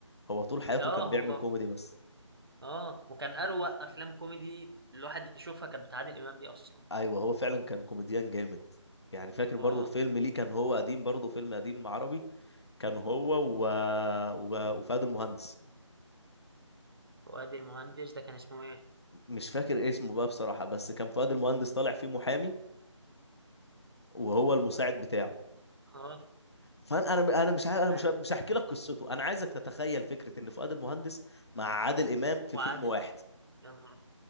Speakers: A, on the left; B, on the right.
A: هو طول حياته
B: اه
A: كان بيعمل
B: هو
A: كوميدي بس
B: اه وكان اروق افلام كوميدي الواحد يشوفها كانت بتاع عادل امام دي اصلا
A: ايوه هو فعلا كان كوميديان جامد يعني فاكر برضه
B: اه
A: فيلم ليه كان هو قديم برضه فيلم قديم عربي كان هو و... وب... وفؤاد المهندس
B: فؤاد المهندس ده كان اسمه ايه
A: مش فاكر اسمه بقى بصراحه بس كان فؤاد المهندس طالع فيه محامي وهو المساعد بتاعه
B: اه
A: فانا انا انا مش عارف
B: محامي
A: انا مش مش هحكي لك قصته انا عايزك تتخيل فكره ان فؤاد المهندس مع عادل امام
B: وعادل
A: في فيلم واحد
B: يا نهار